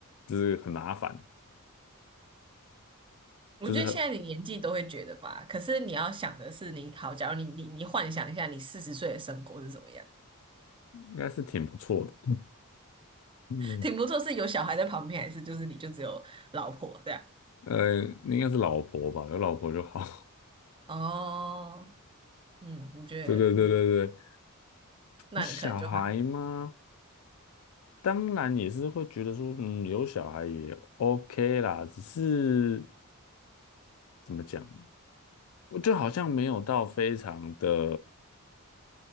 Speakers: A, on the left; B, on the right.
A: 就是很麻烦，
B: 我觉得现在的年纪都会觉得吧，
A: 就是很
B: 可是你要想的是你，好，假如你你你幻想一下，你四十岁的生活是怎么样？
A: 应该是挺不错的，嗯，
B: 挺不错，是有小孩在旁边，还是就是你就只有老婆这样？
A: 呃，应该是老婆吧，有老婆就好，
B: 哦，嗯，我觉得，
A: <laughs> 对对对对对，
B: 嗯，那你可能就还
A: 有小孩吗？当然也是会觉得说，嗯，有小孩也 OK 啦，只是怎么讲？我就好像没有到非常的，